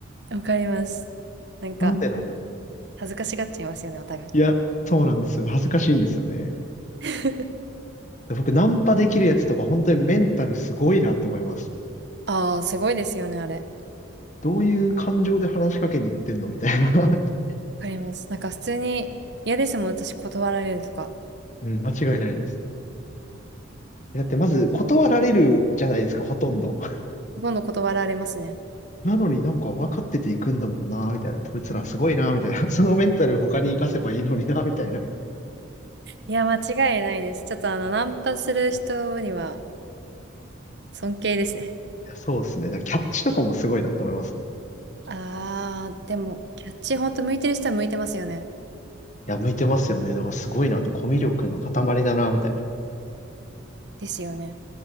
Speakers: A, on the right; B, on the left.
A: わかります。なんか、
B: なんでなんだ
A: 恥ずかしがっちゃいますよね、お互い。
B: いや、そうなんですよね恥ずかしいんですよね。
A: <laughs>
B: だ僕、ナンパできるやつとか、本当にメンタルすごいなって思います。
A: あー、すごいですよね、あれ。わ
B: どういう感情で話しかけに行ってんのみたいな。<laughs>
A: かります。なんか、普通に、嫌ですもん、私、断られるとか。
B: うん、間違いないです。だってまず断られるじゃないですか、ほとんど。
A: どんどん断られますね。
B: なのになんか分かってていくんだもんな、みたいな。こいつらすごいな、みたいな。<laughs> そのメンタル他に活かせばいいのにな、みたいな。
A: いや、間違いないです。ちょっと、あの、ナンパする人には、尊敬ですね。
B: いや、そうですね。だからキャッチとかもすごいなって思いますね。
A: あー、でも、キャッチ、ほんと向いてる人は向いてますよね。
B: いや、向いてますよね。だからすごいなと、コミュ力の塊だな、みたいな。
A: ですよね。